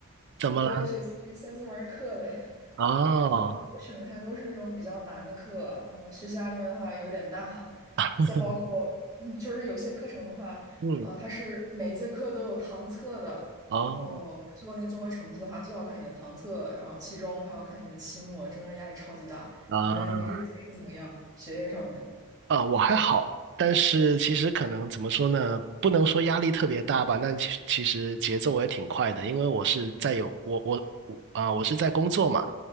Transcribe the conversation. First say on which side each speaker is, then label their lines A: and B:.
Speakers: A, on the right (about 50°); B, on the right (about 15°).
A: 怎么了？
B: 一个学期三四门儿课嘞。
A: 哦，
B: 然后我选的还都是那种比较难的课，然后学习压力面的话有点大。
A: <laughs>
B: 再包括，嗯，就是有些课程的话，
A: 嗯，
B: 呃，它是每一节课都有堂测的，
A: 哦，
B: 然后最后那个综合成绩的话，就要看你的堂测，然后期中还要看你的期末，真的是压力超级大。
A: 啊
B: 你嘞，你是最近怎么样？学业上面？
A: 啊，我还好，但是其实可能怎么说呢？不能说压力特别大吧，那其其实节奏我也挺快的，因为我是在有我我我啊，我是在工作嘛。